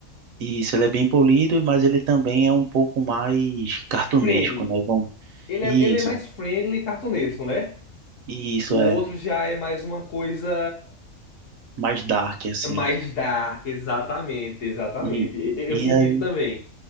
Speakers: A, on the right (about 75°); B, on the left (about 65°).
A: E isso, ele é bem polido, mas ele também é um pouco mais cartunesco,
B: Friendly.
A: né? Vamos...
B: Ele
A: Isso.
B: é, ele é mais friendly e cartunesco, né?
A: isso
B: O outro
A: é
B: já é mais uma coisa.
A: mais dark, assim.
B: Mais dark, exatamente, exatamente.
A: E,
B: E- e-
A: e
B: Eu, senti
A: aí,
B: isso também.